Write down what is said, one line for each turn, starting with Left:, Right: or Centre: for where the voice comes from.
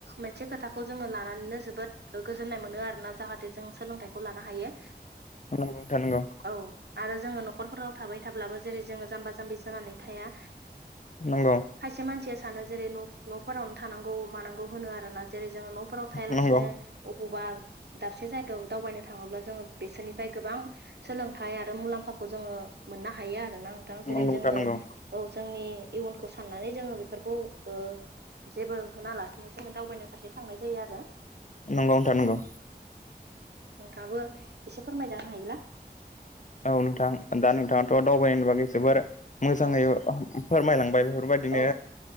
Right: मोनसे खोथाखौ जोंङो लानानैनो जोबोद गोजोन्नाय मोनो आरोना जाहाथे जों सोलोंथाइखौ लानो हायो।
Left: नंगौ नोंथां नंगौ।
Right: औ आरो जोंङो न'खरफोराव थाबाय थाब्लाबो जेरै जोंङो जाम्बा जाम्बि जानानै थाया
Left: नंगौ
Right: खायसे मानसिया सानो जेरै न'फोरावनो थानांगौ मानांगौ होनो आरो ना जेरै जोंङो न'फोराव थायालासिनो
Left: नंगौ नोंथां
Right: अबावबा दाबसे जायगायाव दावबायनो थाङोब्ला जोंङो बेसोरनिफ्राय गोबां सोलोंथाइ आरो मुलाम्फाखौ जोंङो मोननो हायो आरोना नोंथां जेरै
Left: नंगौ नोंथां
Right: जोंङो
Left: नंगौ नोंथां नंगौ
Right: औ। जोंनि इयुनखौ साननानै जोंङो बेफोरखौ ओ जेबो होनालासिनो जोंङो दावबायनो फारसे थांनाय जायो आरो।
Left: नंगौ नोंथां नंगौ
Right: नोंथांयाबो एसे फोरमायजानो हायोब्ला
Left: औ नोंथां दा नोंथाङाथ'
Right: औ
Left: दावबायनायनि बागै जोबोर मोजांङै
Right: औ
Left: फोरमायलांबाय बेफोरबायदिनो
Right: औ